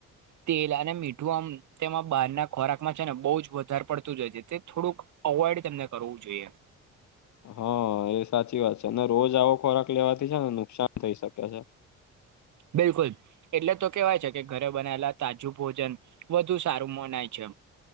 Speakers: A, on the right; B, on the left.
A: તેલ અને મીઠું આમ તેમાં બહાર ના ખોરાકમાં છે ને બહ જ વધારે પડતું જાય છે તે થોડુંક અવોઈડ તેમને કરવું જોઈએ
B: હા એ સાચી વાત છે અને રોજ આવો ખોરાક લેવાથી છે ને નુકસાન થઈ શકે છે.
A: બિલકુલ એટલે તો કેવાય છે કે ઘરે બનાયલા તાજું ભોજન વધુ સારું મનાય છે.